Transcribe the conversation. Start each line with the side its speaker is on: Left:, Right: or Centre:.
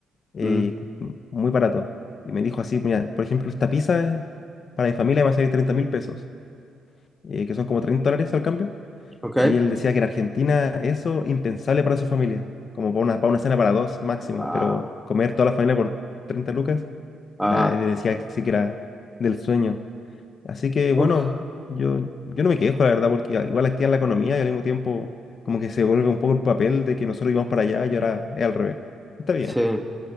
Left: eh,
Centre: mm,
Left: muy barato. Y me dijo así, mira, por ejemplo, esta pizza eh, para mi familia me va a salir 30 mil pesos, eh, que son como 30 dólares al cambio.
Centre: ok,
Left: Y él decía que en Argentina eso impensable para su familia, como para una, para una cena para dos máximo,
Centre: wow,
Left: pero comer toda la familia por 30 lucas,
Centre: ajá,
Left: nada, él decía que sí que era del sueño. Así que bueno,
Centre: uf,
Left: yo, yo no me quejo, la verdad, porque igual activa la economía y al mismo tiempo como que se vuelve un poco el papel de que nosotros íbamos para allá y ahora es al revés. Está bien.
Centre: sí.